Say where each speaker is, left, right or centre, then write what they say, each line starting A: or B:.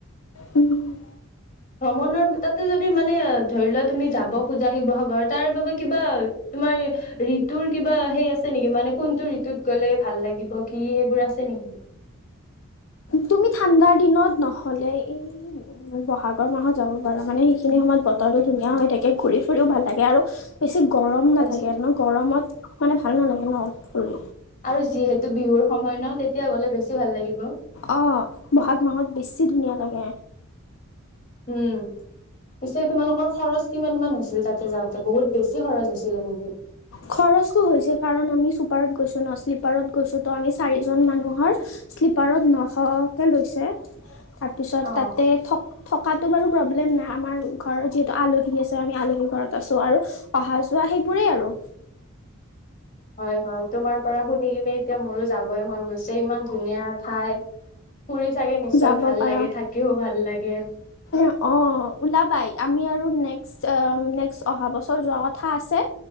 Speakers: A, on the left (about 65°); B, on the left (about 40°).
A: উম
B: ভ্ৰমণৰ তাতে যদি মানে ধৰি লোৱা তুমি যাব খোজা শিৱসাগৰ তাৰ বাবোবে কিবা তোমাৰ ঋতুৰ কিবা সেই আছে নেকি মানে কোনটো ঋতুত গলে ভাল লাগিব কি সেইবোৰ আছে নেকি
A: তুমি ঠাণ্ডাৰ দিনত নহলে এই বহাগৰ মাহত যাব পাৰা মানে সেইখিনি সময়ত বতৰটোো ধুনীয়া হৈ থাকে ঘুৰি ফুৰিও ভাল লাগে আৰু বেছি গৰম নাথাকে
B: যি
A: ন গৰমত মানে ভাল নালাগে ন ফুল
B: আৰু যিহেতু বিহুৰ সময় ন তেতিয়া গলে বেছি ভাল লাগিব।
A: অৱ বহাগ মাহত বেছি ধুনীয়া লাগে।
B: উম পিছে তোমালোকৰ খৰচ কিমান মান হৈছিল তাতে যাওঁতে বহুত বেছি খৰচ হৈছিলে নেকি?
A: খৰচটো হৈছে কাৰণ আমি চুপাৰত গৈছো ন শ্লিপাৰত গৈছো তু আমি চাৰিজন মানুহৰ শ্লীপাৰত নশকে লৈছে। তাৰপিছত
B: অ
A: তাতে থক থক থকাতো বাৰু প্ৰব্লেম নাই আমাৰ ঘৰত যিহেতু আলহী আছে আমি আলহী ঘৰত আছো আৰু অহা যোৱা সেইবোৰেই আৰু।
B: হয় হয় তোমাৰ পৰা শুনি কিনে এতিয়া মোৰো যাবই মন গৈছে ইমান ধুনীয়া ঠাই। ফুৰি চাগে নিশ্চয়
A: যাব
B: ভাল
A: পাৰা।
B: লাগে থাকিও ভাল লাগে
A: অৱ ওলাবাই আমি আৰু নেক্সট নেক্সট অহা বছৰ যোৱা কথা আছে।